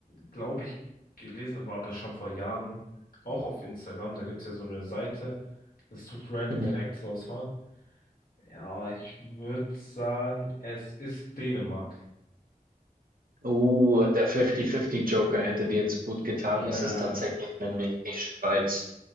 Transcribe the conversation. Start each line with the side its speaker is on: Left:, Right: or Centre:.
Left: glaube ich, gelesen, war aber schon vor Jahren, auch auf Instagram. Da gibt's ja so eine Seite, das tut Random
Right: Mhm.
Left: Facts raushauen. Ja, ich würde sagen, es ist Dänemark.
Right: Oh, der 50-50-Joker hätte dir jetzt gut getan.
Left: Ja.
Right: Es ist tatsächlich nämlich die Schweiz.